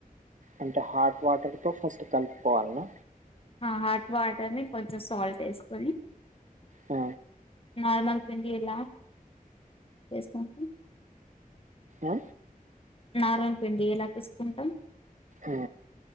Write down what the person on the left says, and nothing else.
హా హాట్ వాటర్ని కొంచెం సాల్ట్ వేసుకొని
నార్మల్ పిండి లా చేసుకుంటు
నార్మల్ పిండి ఎలా తీసుకుంటాం.